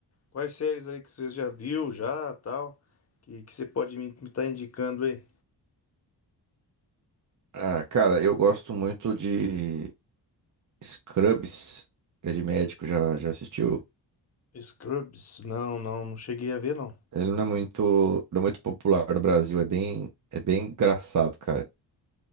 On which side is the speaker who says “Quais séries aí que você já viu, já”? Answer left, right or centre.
Left